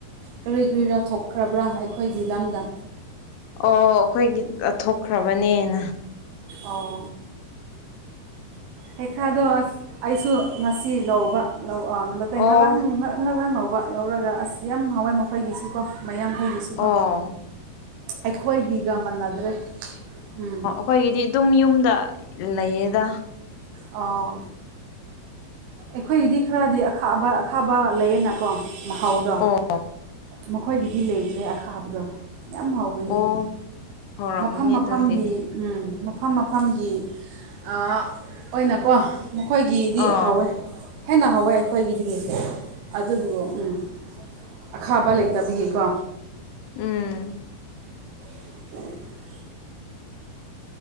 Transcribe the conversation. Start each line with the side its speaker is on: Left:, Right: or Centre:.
Right: ꯀꯔꯤ ꯀꯔꯤꯔ ꯊꯣꯛꯈ꯭ꯔꯕ꯭ꯔꯥ ꯑꯩꯈꯣꯏꯒꯤ ꯂꯝꯗ꯫
Left: ꯑꯣ ꯑꯈꯣꯏꯒꯤ ꯊꯣꯛꯈ꯭ꯔꯕꯅꯦꯅ꯫
Right: ꯑꯣ꯫ ꯍꯩꯈꯥꯗꯣ ꯑꯁ ꯑꯩꯁꯨ ꯉꯁꯤ ꯂꯧꯕ꯫ ꯅꯇ‌ꯦ
Left: ꯑꯣ
Right: ꯉꯔꯥꯡ ꯉꯔꯥꯡ ꯉꯔꯥꯡ ꯂꯧꯕ ꯂꯧꯔꯒ ꯑꯁ ꯌꯥꯝ ꯍꯥꯎꯑ‌ꯦ ꯃꯈꯣꯏꯒꯤꯁꯨ ꯀꯣ ꯃꯌꯥꯡꯈꫭꯏꯒꯤ꯫
Left: ꯑꯣ
Right: ꯀꯣ ꯑꯈꯣꯏꯒꯤꯒ ꯃꯥꯟꯅꯗ꯭ꯔꯦ ꯎꯝ꯫
Left: ꯑꯈꯣꯏꯒꯤꯗꯤ ꯑꯗꯨꯝ ꯌꯨꯝꯗ ꯂꯩꯌꯦꯗ꯫
Right: ꯑꯥ꯫ ꯑꯈꯣꯏꯒꯤꯗꯤ ꯈꯔꯗꯤ ꯑꯈꯥꯕ ꯑꯈꯥꯕ ꯂꯩꯌꯦꯅꯀꯣ ꯃꯍꯥꯎꯗꯣ꯫
Left: ꯑꯣ
Right: ꯃꯈꯣꯏꯒꯤꯗꯤ ꯂꯩꯇ꯭ꯔꯦ ꯑꯈꯥꯕꯗꯣ ꯌꯥꯝ ꯍꯥꯎꯕ꯫ ꯕꯅꯤ
Left: ꯑꯣ ꯍꯧꯔꯝꯃꯅꯤ
Right: ꯃꯐꯝ ꯃꯐꯝꯒꯤ꯫
Left: ꯑꯗꯨꯗꯤ
Right: ꯎꯝ ꯃꯐꯝ ꯃꯐꯝꯒꯤ ꯑꯥ ꯑꯣꯏꯅꯀꯣ꯫ ꯃꯈꯣꯏꯒꯤꯗꯤ
Left: ꯑꯥ
Right: ꯍꯧꯎꯋꯦ꯫ ꯍꯦꯟꯅ ꯍꯥꯎꯋꯦ ꯑꯈꯣꯏꯒꯤꯗꯒꯤ ꯑꯗꯨꯕꯨ ꯎꯝ ꯑꯈꯥꯕ ꯂꯩ꯫ ꯆꯥꯕꯤꯌꯦꯀꯣ
Left: ꯎꯝ
Right: <inaudible>